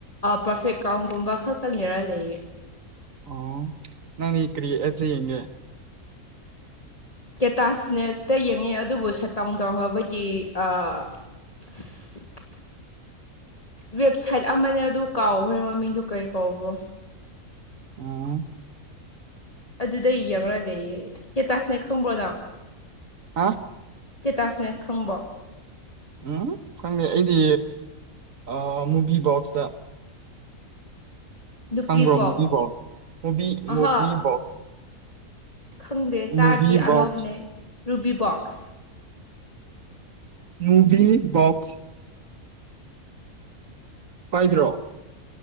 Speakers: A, on the left (about 25°); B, on the right (about 65°).
A: ꯄꯔꯐꯦꯛ ꯀꯥꯎꯟꯒꯨꯝꯕ ꯈꯛꯇꯪ ꯅꯦꯔ ꯂꯩꯌꯦ
B: ꯑꯣ ꯅꯪ ꯗꯤ ꯀꯔꯤ ꯑꯦꯞꯇ ꯌꯦꯡꯒꯦ
A: ꯀꯦꯇꯥꯁꯅꯦꯁꯇ ꯌꯦꯡꯉꯦ ꯑꯗꯨꯕꯨ ꯁꯠ ꯇꯥꯎꯟ ꯇꯧꯔꯕꯒꯤ ꯑ <unintelligible> ꯋꯦꯕꯁꯥꯏꯠ ꯑꯃꯅꯦ ꯑꯗꯨ ꯀꯥꯎꯈ꯭ꯔꯦ ꯃꯃꯤꯡꯗꯨ ꯀꯔꯤ ꯀꯧꯕꯔꯣ
B: ꯎꯝ
A: ꯑꯗꯨꯗ ꯌꯦꯡꯉ ꯂꯩꯌꯦ ꯀꯦꯇꯥꯁꯅꯦꯛ ꯈꯪꯕ꯭ꯔꯣ ꯅꯪ
B: ꯍꯥ
A: ꯀꯦꯇꯥꯁꯅꯦꯁ ꯈꯪꯕꯔꯣ
B: ꯎꯝ ꯈꯪꯗꯦ ꯑꯩꯗꯤ ꯑ ꯃꯨꯕꯤ ꯕꯣꯛꯁꯇ
A: ꯅꯨꯄꯤ
B: ꯈꯪꯕ꯭ꯔꯣ
A: ꯄꯣꯛ
B: ꯃꯨꯚꯤꯕꯣꯛꯁ ꯃꯨꯚꯤ
A: ꯑꯍꯥ
B: ꯃꯨꯚꯤ ꯕꯣꯛ
A: ꯈꯪꯗꯦ ꯇꯥꯗ꯭ꯔꯤ
B: ꯃꯨꯚꯤ
A: ꯑꯅꯧꯕꯅꯦ
B: ꯕꯣꯛꯁ
A: ꯔꯨꯕꯤ ꯕꯣꯛꯁ
B: ꯃꯨꯚꯤ ꯕꯣꯛꯁ ꯄꯥꯏꯗ꯭ꯔꯣ